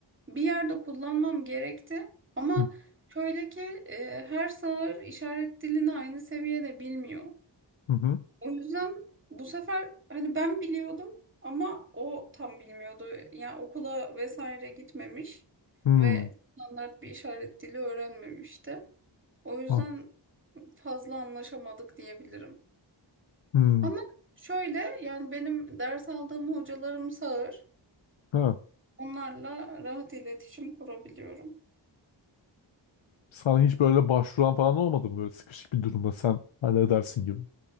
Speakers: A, on the right; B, on the left.
A: bir yerde kullanmam gerekti ama
B: Hı
A: şöyle ki e, her sağır işaret dilini aynı seviyede bilmiyor.
B: hı. Hı.
A: O yüzden bu sefer hani ben biliyordum ama o tam bilmiyordu. Yani okula vesaire gitmemiş
B: Hmm.
A: ve standart bir işaret dili öğrenmemişti. O yüzden
B: Ha.
A: fazla anlaşamadık diyebilirim.
B: Hmm.
A: Ama şöyle yani benim ders aldığım hocalarım sağır.
B: Ha.
A: Onlarla rahat iletişim kurabiliyorum.
B: Sana hiç böyle başvuran falan olmadı mı böyle sıkışık bir durumda sen halledersin gibi?